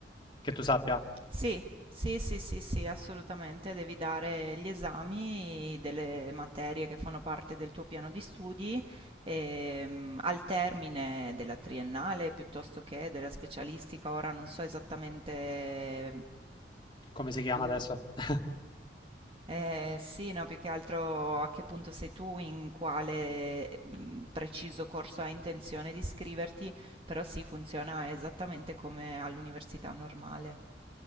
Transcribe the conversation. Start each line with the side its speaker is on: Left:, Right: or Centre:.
Left: Che tu sappia
Right: Sì, sì, sì, sì, sì, assolutamente, devi dare gli esami delle materie che fanno parte del tuo piano di studi ehm, al termine della triennale piuttosto che della specialistica. Ora non so esattamente
Left: come si chiama
Right: tu
Left: adesso. <laughs>
Right: Eh, sì, no, più che altro a che punto sei tu, in quale mm, preciso corso hai intenzione di iscriverti, però sì, funziona esattamente come all'università normale,